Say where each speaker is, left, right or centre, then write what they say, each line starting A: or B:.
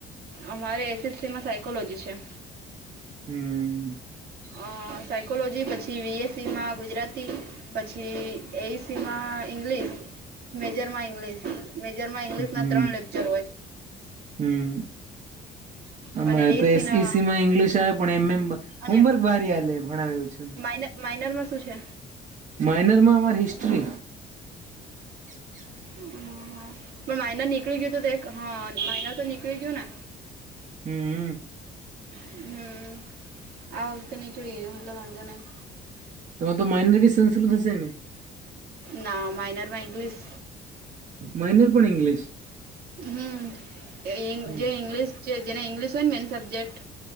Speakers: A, on the right; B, on the right.
A: અમારે એસએસસીમાં સાયકોલોજી છે.
B: હમ
A: અ સાયકોલોજી પછી વીએસસી માં ગુજરાતી પછી એઈસી માં ઇંગ્લિશ મેજર માં ઇંગ્લિશ મેજર માં ઇંગ્લિશ
B: હમ
A: ના ત્રણ લેક્ચર હોય.
B: હમ અમારે
A: અને એઈસીના
B: તો એસઇસી માં ઇંગ્લિશ આવે પણ એમ એમ
A: અને
B: હોમવર્ક ભારી હાલે ભણાવ્યો છું
A: માઇન માઇનર માં શું છે?
B: માઇનરમાં અમાર હિસ્ટ્રી. <inaudible>
A: હમ હમ પણ માયનર નીકળી ગયો તો હા માયનર તો નીકળી ગયું ને?
B: હમ
A: હમ આ વકતે નીકળી ગયું એટલે વાંધો નહીં.
B: તો તો માઇનર બી સંસ્કૃત હશે ને.
A: ના માઇનરમાં ઇંગ્લીશ.
B: માઇનર પણ ઇંગ્લિશ.
A: હમ જે ઇંગલ
B: હમ
A: જે ઇંગ્લશ જેને ઈંગ્લિશ હોય ને મેન સબ્જેક્ટ